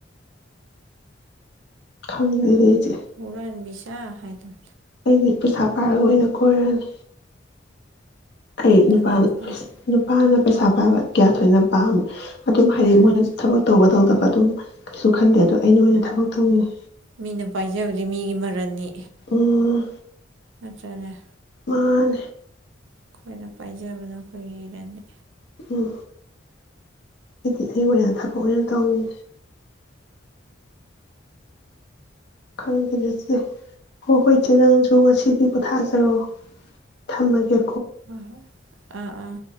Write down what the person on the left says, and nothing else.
ꯈꯪꯗꯗ
ꯑꯩꯗꯤ ꯄꯩꯁꯥ ꯄꯥꯏꯔꯒ ꯑꯣꯏꯅ ꯀꯣꯏꯔꯅꯤ ꯑꯩ
ꯅꯨꯄꯥꯅ
ꯅꯨꯄꯥꯅ ꯄꯩꯁꯥ ꯄꯥꯏꯕ ꯀꯌꯥ ꯊꯣꯏꯅ ꯄꯥꯝꯃꯤ ꯑꯗꯨꯝ ꯍꯥꯏꯗꯤ
ꯃꯣꯏꯅ ꯊꯕꯛ ꯇꯧꯕ ꯇꯧꯗꯕ ꯑꯗꯨꯝ ꯀꯩꯁꯨ ꯈꯟꯗꯦ ꯑꯗꯣ ꯑꯩꯅ ꯑꯣꯏꯅ ꯊꯕꯛ ꯊꯣꯡꯅꯤꯡ
ꯎꯝ
ꯃꯥꯥꯟ
ꯎꯝ ꯍꯥꯏꯗꯤ ꯑꯩ ꯑꯣꯏꯅ ꯑꯣꯏꯅ ꯊꯕꯛ ꯑꯣꯏꯅ ꯇꯧꯅꯤ ꯈꯪꯗꯦꯆꯦ ꯍꯣꯏ ꯍꯣꯏ ꯏꯆꯦ ꯅꯪꯁꯨ ꯉꯁꯤꯗꯤ ꯄꯣꯊꯥꯖꯔꯛꯑꯣ ꯊꯝꯃꯒꯦ